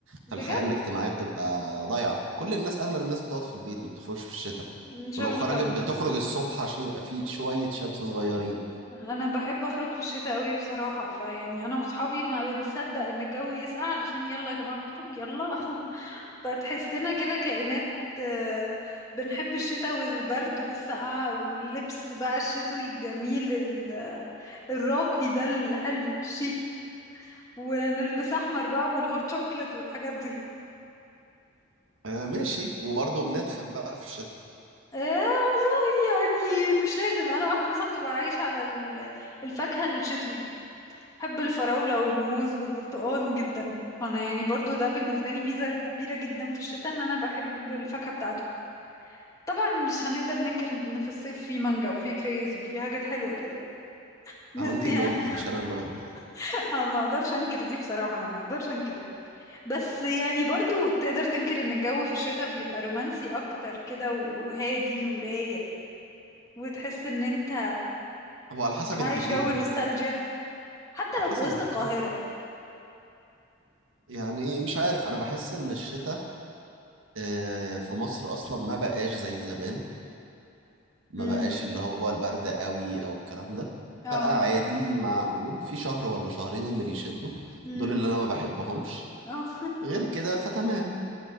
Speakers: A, on the left; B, on the right.
A: بجد
B: فالحياة الاجتماعية بتبقى ضايعة كل الناس أغلب الناس بتقعد في البيت ما بتخرجش في الشتاء
A: مش
B: ولو
A: عارفة
B: خرجت
A: انا ب...
B: بتخرج الصبح عشان يبقى فيه شوية شمس صغيرين
A: انا بحب اخرج في الشتاء قوي بصراحة فيعني انا واصحابي ما بنصدق ان الجو يسقع علشان يلا يا جماعة نخرج يلا <laughs> فتحسنا كده كائنات آه، بنحب الشتاء والبرد والسقعة واللبس بقى الشتوي الجميل ال- الراقي ده الحلو الشيك ونلبس أحمر بقى والهوت شوكليت والحاجات دي
B: آه ماشي وبرضه بنتخن بقى في الشتاء
A: آه والله يعني مش لازم أنا واحدة مثلا بتبقى عايشة على ال- الفاكهة الشتوي بحب الفراولة والموز والبرتقال جدا فأنا يعني برضو ده بالنسبة لي ميزة كبيرة جدا في الشتاء إن أنا بحب الفاكهة بتاعته طبعا مش هنقدر ننكر ان في الصيف في مانجا وفي كريز وفي حاجات حلوة كده بس
B: أهو أنت
A: يعني
B: اللي قلتي مش أنا اللي قلت يعني
A: <laughs> آه، ما اقدرش انكر دي بصراحة يعني ما اقدرش انكرها بس يعني برضو تقدر تنكر ان الجو في الشتاء بيبقى رومانسي اكتر كده وهادي ورايق وتحس ان انت
B: هو على حسب
A: عايش
B: أنت فين
A: جو النوستالجيا حتى
B: على
A: لو
B: حسب
A: في وسط
B: أنت
A: القاهرة
B: فين يعني مش عارف أنا بحس إن الشتاء آه في مصر أصلا ما بقاش زي زمان ما
A: امم
B: بقاش اللي هو البرد قوي او الكلام ده
A: اه
B: بقى عادي معقول في شهر ولا شهرين اللي بيشدوا
A: امم
B: دول اللي انا ما بحبهمش
A: اه <laughs>
B: غير كده فتمام